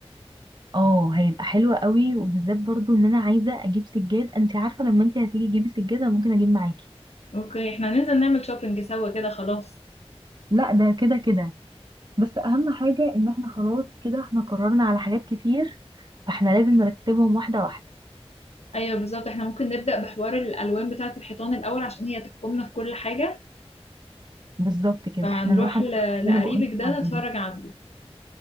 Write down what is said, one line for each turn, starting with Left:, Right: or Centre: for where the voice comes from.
Right: اه هيبقى حلوة قوي وبالذات برضو ان انا عايزة اجيب سجاد انت عارفة لما انت هتيجي تجيبي سجادة ممكن اجيب معاكي
Left: اوكي احنا هننزل نعمل شوبينج سوا كده خلاص
Right: لا ده كده كده بس اهم حاجة ان احنا خلاص كده احنا قررنا على حاجات كتير فاحنا لازم نرتبهم واحدة واحدة
Left: ايوه بالظبط احنا ممكن نبدأ بحوار الالوان بتاعة الحيطان الاول عشان هي تحكمنا في كل حاجة
Right: بالظبط كده
Left: فهنروح
Right: احنا نروح عند
Left: ل...
Right: الراجل اللي
Left: لقريبك
Right: انا بقول لك
Left: ده
Right: عليه
Left: نتفرج عنده